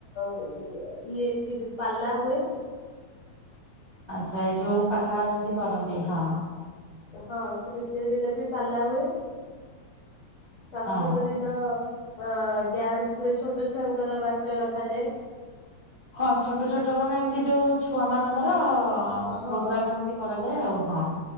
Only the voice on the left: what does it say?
ପୁଅ ଝିଅ ଇଏ କି ଯେ ପାଲା ଲା ହୁଏ
ହଁ ତୃତୀୟ ଦିନ ବି ପାଲା ହୁଏ। ଚତୁର୍ଥ
ଦିନ ଅ ଡ୍ୟାନ୍ସ ହୁଏ ଛୋଟ ଛୁଆଙ୍କର ନାଚ ରଖାଯାଏ।
ହଁ